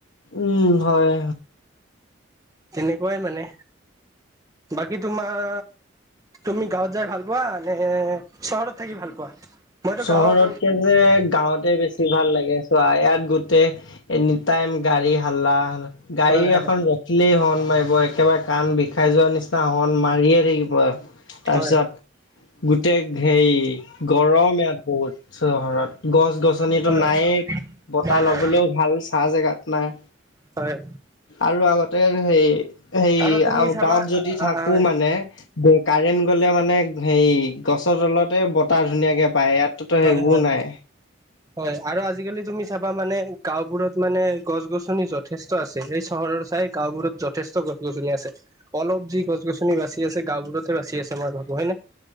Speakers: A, on the left; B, on the right.
A: উম হয়।
B: তেনেকুৱাই মানে বাকী তোমাৰ। তুমি গাঁৱত যাই ভাল পোৱা নে চহৰত থাকি ভাল পোৱা। মইতো
A: চহৰতকে
B: গাঁৱত
A: যে গাঁৱতে বেছি <unintelligible> ভাল লাগে চোৱা ইয়াত গোটেই এনিটাইম গাড়ী হাল্লা। গাড়ী
B: হয়
A: এখন ৰ খিলেই হৰ্ণ মাৰিব একেবাৰে কাণ বিষাই যোৱাৰ নিচিনা হৰ্ণ মাৰিয়ে থাকিব। তাৰপিছত
B: হয় হয়
A: গোটেই হেৰি গৰমে ইয়াত বহুত চহৰত। গছ-গছনিটো
B: হয়
A: নাইয়ে বতাহ
B: নাই নাই
A: ল'বলৈও ভাল চাহ জেগাত নাই।
B: হয়
A: আৰু আগতে হেই, হেই
B: আৰু তুমি চাবা
A: গাঁৱত যদি থাকো
B: হয়
A: মানে। কাৰেণ্ট গ'লে মানে হেৰি গছৰ তলতে বতাহ ধুনীয়াকে। পায় ইয়াততো সেইবোৰ
B: হয় হয়
A: নাই।
B: হয় আৰু আজিকালি তুমি চাবা মানে গাঁওবোৰত মানে গছ-গছনি যত। যথেষ্ট আছে এই চহৰ চাই গাঁওবোৰত যথেষ্ট গছ-গছনি আছে। অলপ যি গছ-গছনি বাছি আছে গাওঁবোৰতে বাচি আছে মই ভাবো হয়নে।